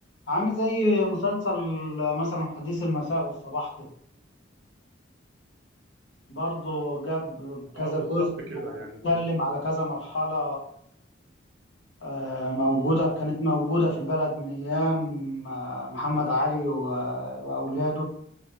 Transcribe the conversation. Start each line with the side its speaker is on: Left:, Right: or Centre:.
Left: عامل زي مسلسل آه، مثلا حديث المساء والصباح كده برضه جاب كذا
Right: اه بالظبط
Left: جزء
Right: كده
Left: واتكلم
Right: يعني
Left: على كذا مرحلة آه، موجودة كانت موجودة في البلد من أيام آه، محمد علي و- وأولاده